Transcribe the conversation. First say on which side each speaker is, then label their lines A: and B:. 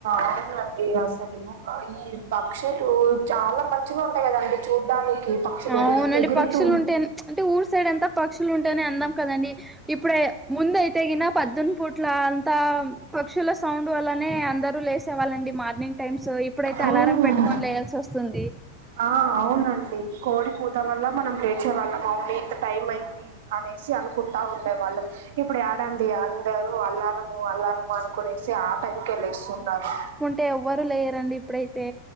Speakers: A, on the right (about 55°); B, in the centre.
A: అవునండి అసలు ఈ ఈ పక్షులు చాలా మంచిగా ఉంటాయికదండి చూడ్డానికి పక్షులు
B: అవునండి
A: ఎరు ఎగురుతూ
B: పక్షులు ఉంటే అంటే ఊరు సైడ్ అంతా పక్షులు ఉంటేనే అందాం కదండి ఇప్పుడ ముంద అయితే గిన పద్దెని పూట్ల అంతా పక్షుల సౌండ్ వల్లనే అందరు లేసే వాళ్ళండి మార్నింగ్ టైమ్స్ ఇప్పుడైతే
A: మ్మ్
B: అలారం పెట్టుకొని లేయాల్సి వస్తుంది ది
A: ఆ అవునండి కోడి కూత వల్ల మనం లేచేవాళ్ళం అవును ఇంత టైం అయింది అనేసి అనుకుంటా ఉండే వాళ్ళం ఇప్పుడు ఏడండి అందరూ అల్లారము అల్లరము అనుకునేసి ఆ టైంకి లేస్తున్నారు
B: అంటే ఎవ్వరు లేరండి ఇప్పుడైతే